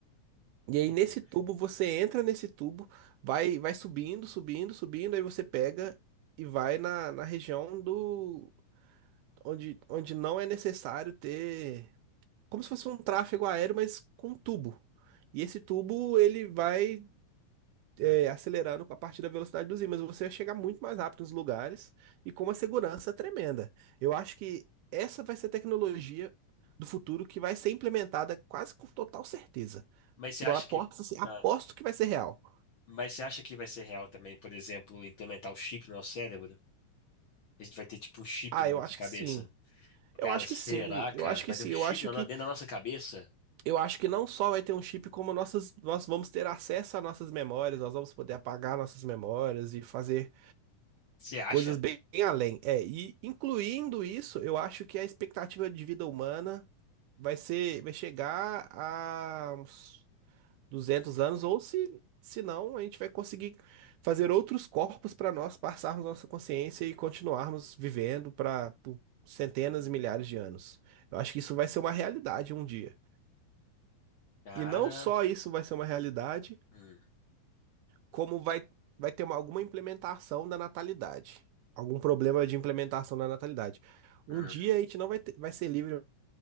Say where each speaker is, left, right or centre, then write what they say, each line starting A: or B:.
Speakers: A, on the right; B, on the left.
A: E aí
B: entendi.
A: nesse tubo você entra nesse tubo, vai vai subindo, subindo, subindo, aí você pega e vai na, na região do onde onde não é necessário ter como se fosse um tráfego aéreo, mas com um tubo. E esse tubo ele vai é,
B: Hum.
A: acelerando a partir da velocidade dos ímãs. Você vai chegar muito mais rápido nos lugares e com uma segurança tremenda. Eu acho que essa vai ser a tecnologia do futuro que vai ser implementada quase com total certeza.
B: Mas você
A: Que
B: acha
A: eu aposto,
B: que.
A: assim, aposto
B: ah,
A: que vai ser real.
B: Mas você acha que vai ser real também, por exemplo, implementar o chip no nosso cérebro? A gente vai ter tipo um chip
A: Ah,
B: na
A: eu
B: nossa
A: acho
B: cabeça.
A: que sim. Eu
B: Cara,
A: acho
B: será,
A: que sim. Eu
B: cara,
A: acho
B: que
A: que
B: vai
A: sim.
B: ter um chip
A: Eu acho
B: na-
A: que
B: dentro da nossa cabeça?
A: eu acho que não só vai ter um chip, como nossas, nós vamos ter acesso a nossas memórias, nós vamos poder apagar nossas memórias e fazer
B: Você acha?
A: Coisas bem além. É, e incluindo isso, eu acho que a expectativa de vida humana vai ser, vai chegar a uns 200 anos, ou se, se não, a gente vai conseguir fazer outros corpos para nós passarmos nossa consciência e continuarmos vivendo para por centenas e milhares de anos. Eu acho que isso vai ser uma realidade um dia.
B: Cara,
A: E não só isso vai ser uma realidade,
B: hum,
A: como vai, vai ter uma, alguma implementação da natalidade, algum problema de implementação da natalidade. Um
B: hum,
A: dia a gente não vai, ter- vai ser livre